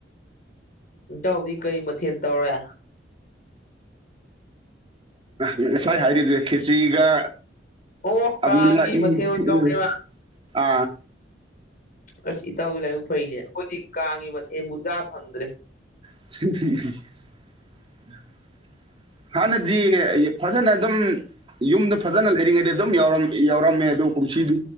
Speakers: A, on the left; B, on the right.
A: ꯏꯇꯊꯧꯗꯤ ꯀꯔꯤ ꯃꯊꯦꯜ ꯇꯧꯔꯦ
B: ꯉꯁꯥꯏ ꯍꯥꯏꯔꯤꯗꯤ ꯈꯦꯆ꯭ꯒ
A: ꯑꯣ ꯀꯥꯡꯒꯤ
B: ꯎꯝ ꯎꯝ
A: ꯃꯊꯦꯜ ꯑꯣꯏꯅ ꯇꯧꯔꯦꯕ
B: ꯑ
A: ꯑꯁ ꯏꯇꯥꯎꯗꯤ ꯂꯥꯏꯕꯛ ꯐꯩꯅꯦ ꯑꯩꯈꯣꯏꯗꯤ ꯀꯥꯡꯉꯤ ꯃꯊꯦꯟꯕꯨ ꯆꯥꯕ ꯐꯪꯗ꯭ꯔꯦ
B: <inaudible> ꯍꯥꯟꯅꯗꯤ ꯐꯖꯅ ꯑꯗꯨꯝ ꯌꯨꯝꯗ ꯐꯖꯅ ꯂꯩꯔꯤꯉꯩꯗꯤ ꯑꯗꯨꯝꯔꯝ ꯌꯥꯎꯔꯝꯃꯦ ꯑꯗꯨ ꯀꯨꯝꯁꯤꯗꯤ